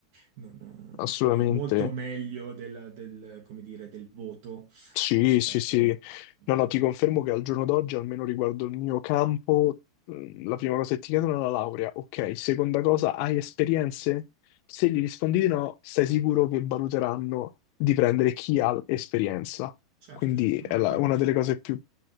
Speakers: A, on the right; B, on the left.
A: non,
B: Assolutamente.
A: eh, è molto meglio del, del, come dire, del voto
B: Sì,
A: rispetto
B: sì, sì.
A: a
B: No,
A: quello.
B: no, ti confermo che al giorno d'oggi, almeno riguardo il mio campo, mh, la prima cosa che ti chiedono è la laurea. Ok, seconda cosa, hai esperienze? Se gli rispondi di no, stai sicuro che valuteranno di prendere chi ha esperienza.
A: Certo,
B: Quindi
A: certo,
B: è
A: Marco.
B: la- una delle cose più